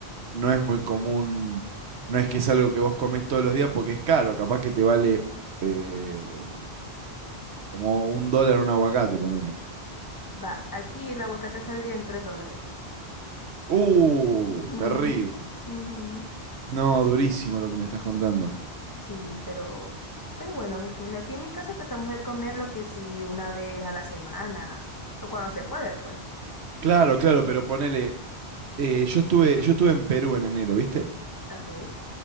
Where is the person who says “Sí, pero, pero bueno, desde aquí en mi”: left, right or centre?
Left